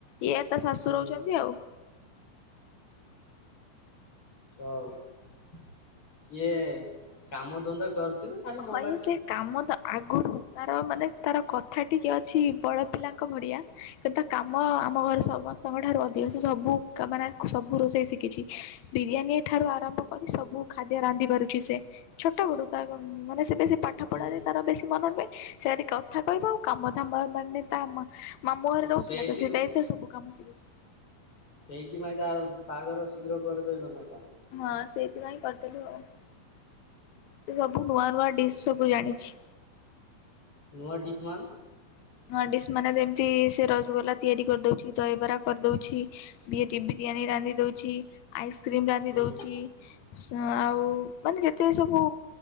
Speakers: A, on the left; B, on the left.
A: ଇଏ ତା ଶାଶୁ
B: ହୁଁ
A: ରହୁଛନ୍ତି ଆଉ।
B: ଓ କିଏ କାମ ଧନ୍ଦା କରୁଚି ନା? ଖାଲି ମୋବାଇଲ
A: ହଁ ଇଏ
B: ଟିପୁଛି?
A: ସେ କାମ ତ ଆଗୁରୁ ତାର ମାନେ ତାର କଥା ଟିକେ ଅଛି ବଡ଼ ପିଲାଙ୍କ ଭଳିଆ କିନ୍ତୁ ତା କାମ ଆମ ଘରେ ସମ ସ୍ତଙ୍କ ଠାରୁ ଅଧିକ ସେ ସବୁ ମାନେ ସବୁ ରୋଷେଇ ଶିକିଚି। ବିରିୟାନୀ ଠାରୁ ଆରମ୍ଭ କରି ସବୁ ଖାଦ୍ୟ ରାନ୍ଧି ପାରୁଛି ସେ ଛୋଟ ବଡୁ ତା ମାନେ ସେ ବେଶୀ ପାଠ
B: ହୁଁ
A: ପଢ଼ାରେ ତାର ବେଶୀ ମନ ନୁହେଁ। ସେ ଯଦି କଥା କହିବ ଆଉ କାମଧାମ ମାନେ ତା ମା ମାମୁଁ ଘରେ ରହୁଥିଲା
B: ସେଇଥି
A: ତ ସେଇଥିପାଇଁ ସେ ସବୁ କାମ ଶିକିଛି।
B: ସେଇଥିପାଇଁ ତା ବାଆଘର ଶୀଘ୍ର କରିଦେଲ ନାଁ କଣ?
A: ହଁ ସେଇଥିପାଇଁ କରିଦେଲୁ ଆଉ। ସେ ସବୁ ନୂଆ ନୂଆ ଡିସ୍ ସବୁ ଜାଣିଛି।
B: ନୂଆ ଡିସ୍ ମାନେ?
A: ନୂଆ ଡିସ୍ ମାନେ ଯେମିତି ସେ ରସଗୋଲା ତିଆରି କରିଦଉଛି ଦହିବରା କରିଦଉଛି ବିଟି ବିରିୟାନୀ ରାନ୍ଧି ଦଉଛି ଆଇସ୍କ୍ରିମ ରାନ୍ଧି
B: ହୁଁ
A: ଦଉଛି। ସ ଆଉ ମାନେ ଯେତେ ସବୁ